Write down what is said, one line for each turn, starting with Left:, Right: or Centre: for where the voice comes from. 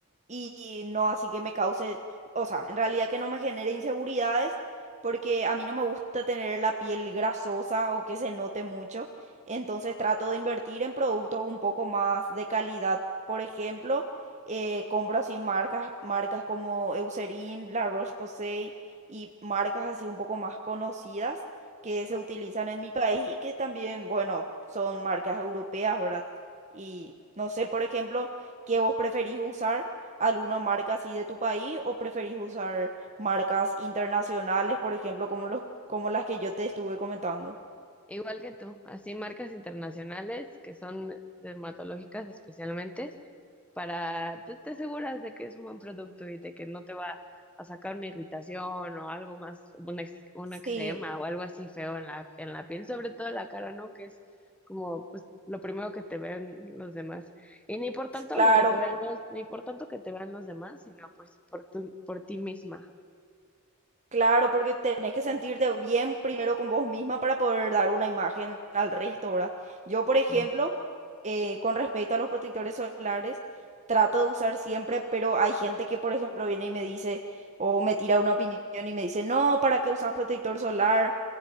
Right: y no así que me cause, o sea, en realidad que no me genere inseguridades porque a mí no me gusta tener la piel grasosa o que se note mucho, entonces trato de invertir en productos un poco más de calidad. Por ejemplo, eh, compro así marcas, marcas como Eucerin, La Roche-Posay y marcas así un poco más conocidas que se utilizan en mi país y que también, bueno, son marcas europeas, ¿verdad? Y no sé, por ejemplo, ¿qué vos preferís usar? ¿Alguna marca así de tu país o preferís usar marcas internacionales, por ejemplo, como los, como las que yo te estuve comentando.
Centre: Igual que tú, así marcas internacionales que son dermatológicas especialmente, para, pues, te aseguras de que es un buen producto y de que no te va a sacar una irritación o algo más, un, ex- un
Right: Sí,
Centre: eczema o algo así feo en la, en la piel, sobre todo en la cara, ¿no? Que es como, pues, lo primero que te ven los demás. Y ni por tanto
Right: s- claro,
Centre: lo que te vean los, ni por tanto que te vean los demás, sino pues por tu- por ti misma.
Right: claro, porque tenés que sentirte bien primero con vos misma para poder dar una imagen al resto, ¿verdad? Yo, por ejemplo,
Centre: eh,
Right: eh, con respecto a los protectores solares, trato de usar siempre, pero hay gente que, por ejemplo, viene y me dice, o me tira una opinión y me dice, no, ¿para qué usas protector solar?